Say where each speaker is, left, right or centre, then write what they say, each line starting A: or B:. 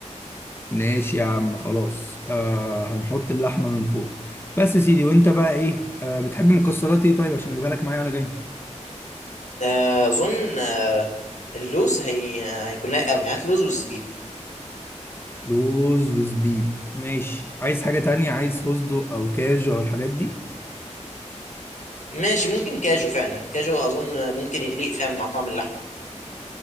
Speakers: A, on the left (about 20°); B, on the left (about 75°).
A: ماشي يا عم خلاص آه هنحط اللحمة من فوق بس يا سيدي وانت بقى ايه آه بتحب مكسرات ايه طيب عشان اجيبها لك معايا وانا جاي
B: آه، اظن آه، اللوز هي آه، هيكون لايق قوي هات لوز وزبيب
A: لوز وزبيب ماشي عايز حاجة تانية عايز فستق او كاجو او الحاجات دي
B: ماشي ممكن كاجو فعلا كاجو اظن ممكن يليق فعلا مع طعم اللحم